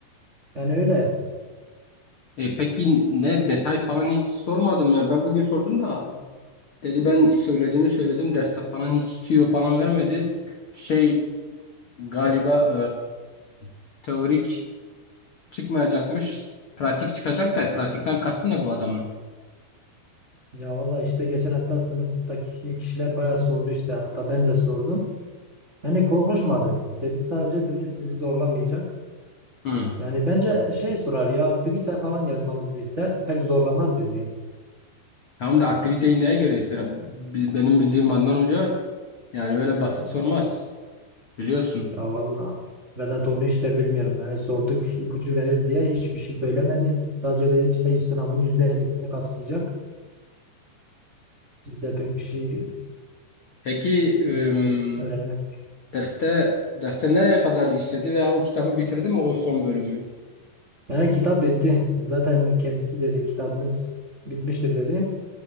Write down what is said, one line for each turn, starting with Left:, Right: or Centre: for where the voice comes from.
Right: Yani öyle.
Left: E peki ne detay falan hiç sormadım ya. Ben bugün sordum da dedi ben söylediğimi söyledim. Derste falan hiç tüyo falan vermedi. Şey galiba e, teorik Çıkmayacakmış. Pratik çıkacak da pratikten kastı ne bu adamın?
Right: Ya valla işte geçen hafta sınıftaki kişiler bayağı sordu işte. Hatta ben de sordum. Yani konuşmadı. Dedi sadece dedi sizi zorlamayacak.
Left: Hı.
Right: Yani bence şey sorar ya aktivite falan yazmamızı ister. Pek zorlamaz bizi.
Left: Tamam da aktiviteyi neye göre ister? Biz- Benim bildiğim Adnan Hoca yani böyle basit sormaz. Biliyorsun.
Right: Ya valla Vedat onu işte bilmiyorum. Yani sorduk ipucu verir diye hiçbir şey söylemedi. Sadece dedi işte yüz sınavın %50'sini kapsayacak. Biz de pek bir şey
Left: Peki ım,
Right: yani öğrenemedik.
Left: derste derste nereye kadar işledi veya o kitabı bitirdi mi o son bölümü?
Right: Yani kitap bitti. Zaten kendisi dedi kitabımız bitmiştir dedi.